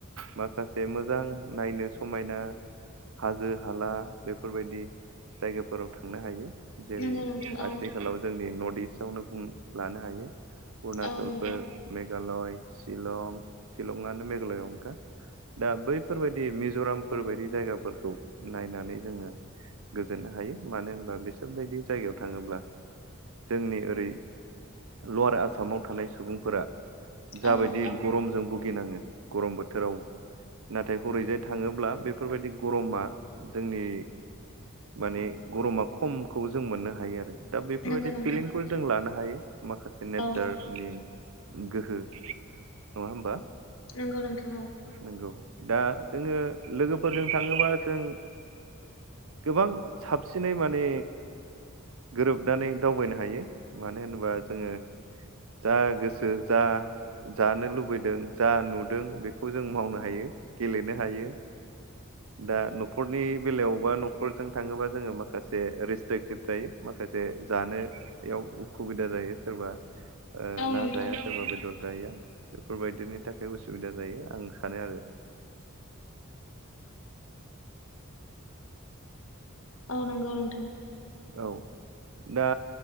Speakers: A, on the right (about 75°); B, on the left (about 70°).
A: माखासे मोजां नायनो समायना हाजो हाला बेफोरबायदि जायगाफोराव थांनो हायो। जेरै
B: नंगौ नोंथां औ
A: आथिखालाव जोंनि नर्थ इस्ट आवनो बुं लानो हायो। अरुणचलफोर
B: औ नंगौ
A: मेघालय शिलं शिलंआनो मेघालयआवनो खा दा बैफोरबायदि मिज'रामफोरबायायदि जायगाफोरखौ नायनानै जोङो गोजोननो हायो मानो होनबा बिसोरबायायदि जायगायाव थाङोब्ला जोंनि ओरै लवार आसामाव थानाय सुबुंफोरा जाबायदि
B: औ नंगौ
A: गरमजों भुगिनाङो गरम बोथोराव नाथाय हरैजाय थाङोब्ला बेफोरबायदि गरमा जोंनि माने गरमा खमखौ जों मोननो हायो आरो दा बेफोरबायदि
B: नंगौ नोंथां
A: फिलिंखौ जों लानो हायो। माखासे नेचारनि
B: औ
A: गोहो नङा होमबा?
B: नंगौ नोंथां औ।
A: नंगौ दा जोङो लोगोफोरजों थाङोबा जों गोबां साबसिनै माने गोरोबनानै दावबायनो हायो मानो होनोबा जोङो जा गोसो जा जानो लुबैदों जा नुदों बेखौ जों मावनो हायो गेलेनो हायो दा न'खरनि बेलायावबा न'खरजों थाङोबा जोङो माखासे रेस्ट्रिकटेभ थायो माखासे जानो याव उसुबिदा जायो सोरबा ओ
B: औ
A: ना
B: नोंथां
A: जाया सोरबा बेदर जायो बेफोरबायदिनि थाखाय उसुबिदा जायो आं सानो आरो
B: औ नंगौ नोंथां
A: औ दा